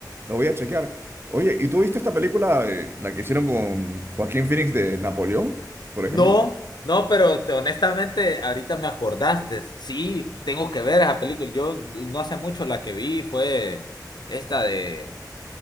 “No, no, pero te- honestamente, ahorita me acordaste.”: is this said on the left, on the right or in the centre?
Left